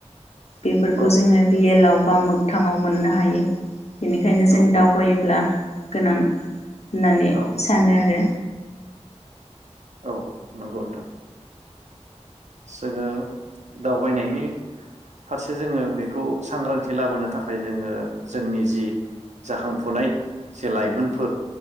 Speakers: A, on the left; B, on the right.
A: बेफोरखौ
B: औ
A: जोङो रिएलाव बा मोगथाङाव मोननो हायो। बेनिखायनो जों
B: औ
A: दावबायोब्ला गोनां। होननानै
B: औ
A: सानो आरो।
B: औ नंगौ नोंथां। जोङो दावबायनायनि फारसे जोङो बेखौ सांग्रांथि लाबोनो थाखाय जोङो जोंनि जि जाखांफुनाय जे लाइमोनफोर